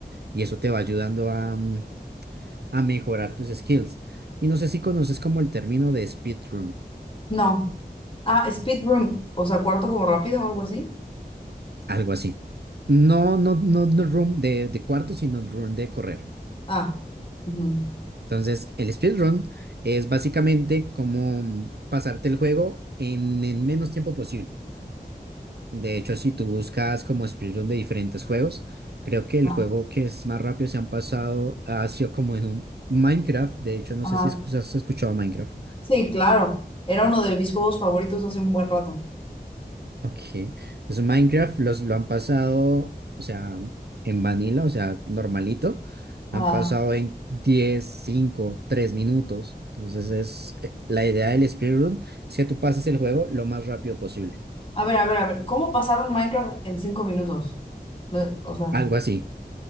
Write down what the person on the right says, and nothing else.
y eso te va ayudando a, mm, a mejorar tus skills. Y no sé si conoces como el término de speedrun,
algo así. No, no, no, no room de, de cuarto, sino room de correr.
Entonces, el speedrun es básicamente como pasarte el juego en, el menos tiempo posible. De hecho, si tú buscas como speedrun de diferentes juegos, creo que el
juego que es más rápido se han pasado ha sido como en un Minecraft. De hecho, no
sé si escu- has escuchado Minecraft.
Ok, pues Minecraft los, lo han pasado, o sea, en vanilla, o sea, normalito,
lo han pasado en 10, 5, 3 minutos. Entonces es, eh, la idea del speedrun es que tú pases el juego lo más rápido posible,
algo así.